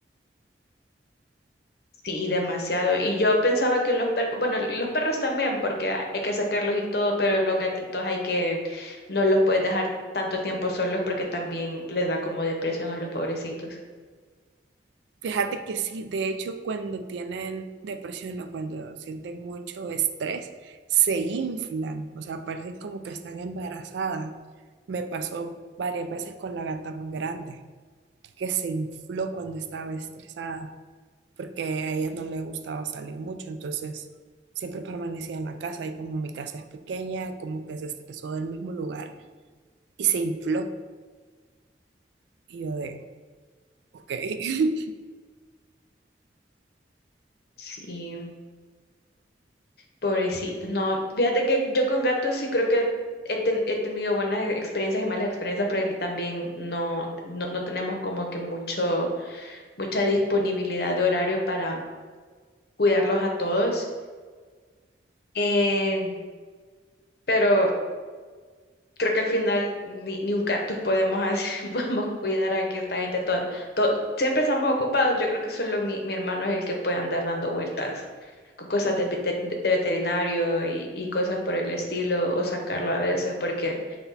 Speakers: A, on the left (about 60°); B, on the right (about 75°).
A: Sí, demasiado. Y yo pensaba que los perros, bueno, los perros también, porque ha- hay que sacarlos y todo, pero los gatitos hay que, no los puedes dejar tanto tiempo solos porque también les da como depresión a los pobrecitos.
B: Fíjate que sí, de hecho, cuando tienen depresión o cuando sienten mucho estrés, se inflan, o sea, parecen como que están embarazadas. Me pasó varias veces con la gata más grande, que se infló cuando estaba estresada, porque a ella no le gustaba salir mucho, entonces siempre permanecía en la casa y como mi casa es pequeña, como que se estresó del mismo lugar y se infló. Y yo de, ok, <laughs>
A: Sí. Pobrecitos, no. Fíjate que yo con gatos sí creo que he, ten- he tenido buenas experiencias y malas experiencias, porque aquí también no, no, no tenemos como que mucho, mucha disponibilidad de horario para cuidarlos a todos. Eh, pero creo que al final ni, ni un cactus podemos, hacer- <laughs> podemos cuidar a que esta gente todo, todo- siempre estamos ocupados. Yo creo que solo mi, mi hermano es el que puede andar dando vueltas con cosas de, vete- de veterinario y, y cosas por el estilo, o sacarlo a veces, porque